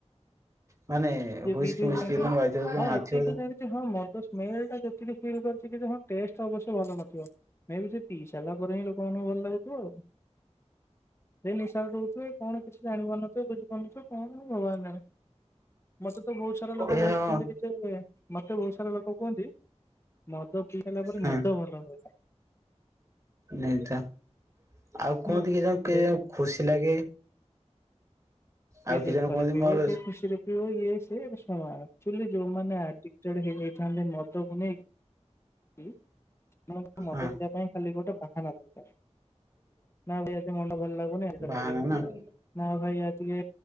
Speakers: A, on the right; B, on the left.
A: ମାନେ
B: ଯିଏ
A: ହୁଇସ୍କି
B: ପିଇଥିବ
A: ମିସ୍କି
B: ସେ ଜାଣିଥିବ
A: ତମେ ବାଇଥିବ
B: ହଁ
A: ମାଥିବ
B: ଏତିକି ଖାଲି ଜାଣିଚି ହଁ ମଦ ସ୍ମେଲଟା ଯେତିକି ଫିଲ୍ କରିଚିକି ହଁ ଟେଷ୍ଟ ଅବଶ୍ୟ ଭଲ ନଥିବ ମେବି ସେ ପିଇ ସାରିଲା ପରେ ହିଁ ଲୋ କଣ ଭଲ ଲାଗୁଥିବ ଆଉ। ହେ ନିଶା <unintelligible> ହୁଏ କଣ କିଛି ଜାଣି ପାରୁନଥିବେ କିନ୍ତୁ ଶୁଣିଛୁ କଣ ଭଗବାନ୍ ଜାଣେ। ମତେ ତ ବହୁତ ସାରା ଲୋକ
A: ଏ
B: କହୁଛନ୍ତି
A: ହଁ
B: ଯେ ଯେମିତି କି ଯେ ମତେ ବହୁତ ସାରା ଲୋକ କୁହନ୍ତି ମଦ ପିଇଲା ପରେ
A: ହଁ
B: ନିଦ ଭଲ ହୁଏ।
A: ନାଇଁ ତ। ଆଉ
B: ହୁଁ।
A: କୁହନ୍ତି କି ଜଣ କେ
B: ଲେ
A: ପିଏ ଖୁସି ଲାଗେ
B: କେ
A: ଆଉ କି
B: ଦୁଃଖରେ
A: ଜଣ କୁହନ୍ତି
B: ପିଇବ
A: ମୋର
B: କେ ଖୁସିରେ ପିଇବ ଇଏ ସେ ସେ ଶୁଣ ଆକ୍ଚୁଲି ଯୋଉମାନେ ଆଡିକଟେଡ ହେଇଯାଇଥାନ୍ତି ମଦକୁ ନେଇକି ସେମାନଙ୍କୁ ମଦ
A: ହଁ
B: ପିଇବା ପାଇଁ ଖାଲି ଗୋଟେ ବାହାନା ଦରକାର। ନା ଭାଇ ଆଜି ମନଟା ଭଲ ଲାଗୁନି ଚାଲ
A: ବାହାନ
B: ଟିକେ ପିଇ
A: ନା
B: ଦେବା
A: ହୁଁ
B: ନା ଭାଇ ଆଜି ଟିକେ